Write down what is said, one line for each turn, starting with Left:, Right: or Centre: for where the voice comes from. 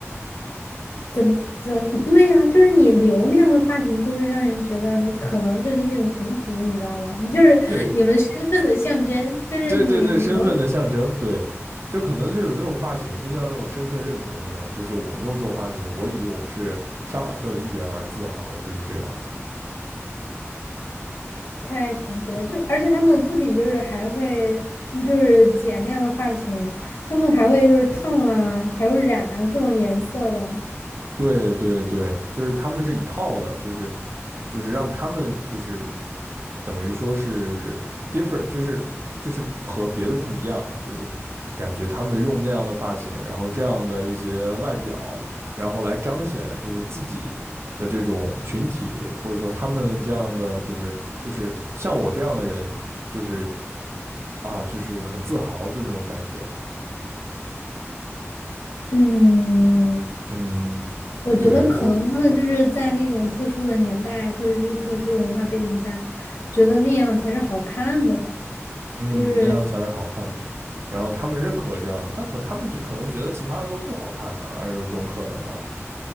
Left: 怎怎对呀、啊就是你留那样的发型，就会让人觉得你可能就是那种群体，你知道吗？你就是你们身份的象征，
Right: 对
Left: 就是你留
Right: 对对对，身份的象征，对，就可能就有那种发型，就像那种身份认同一样，就是我弄这种发型，我以我是杀马特的一员而自豪，就是这样子。
Left: 太神奇了。就而且他们不仅就是还会就是剪那样的发型，他们还会就是烫啊，还会染啊各种颜色的。
Right: 对对对，就是他们是一套的，就是就是让他们就是等于说是 different，就是就是和别的不一样，就是感觉他们用那样的发型，然后这样的一些外表，然后来彰显就是自己的这种群体，或者说他们这样的就是就是像我这样的人，就是啊就是很自豪的那种感觉。
Left: 嗯，
Right: 嗯，
Left: 我觉得可能他们就是在那种特殊的年代或者是特殊的文化背景下，
Right: 对，我
Left: 觉得那样才是好看的吧。
Right: 嗯，
Left: 就是
Right: 那样才是好看的。然后他们认可这样的，但可他们觉可能觉得其他的都不好看呢、而有这种可能啊。